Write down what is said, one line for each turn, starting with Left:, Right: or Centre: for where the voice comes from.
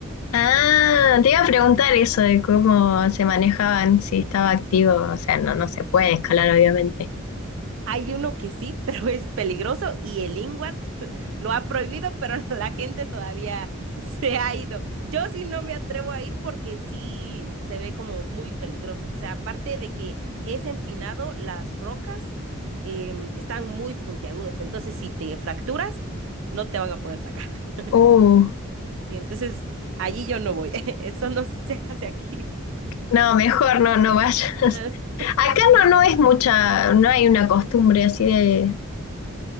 Left: Ah, te iba a preguntar eso de cómo se manejaban, si estaba activo, o sea, no, no se puede escalar, obviamente.
Right: Hay uno que sí, <laughs> pero es peligroso y el INGWAT <laughs> lo ha prohibido, pero <laughs> la gente todavía se ha ido. Yo sí no me atrevo a ir porque sí se ve como muy peligroso. O sea, aparte de que es empinado, las rocas em, están muy puntiagudas. Entonces, si te fracturas, no te van a poder sacar. <laughs>
Left: Uh,
Right: Y entonces, allí yo no voy. <laughs> Eso no se hace aquí.
Left: no, mejor no, no vayas. <laughs>
Right: <laughs>
Left: Acá no, no es mucha, no hay una costumbre así de,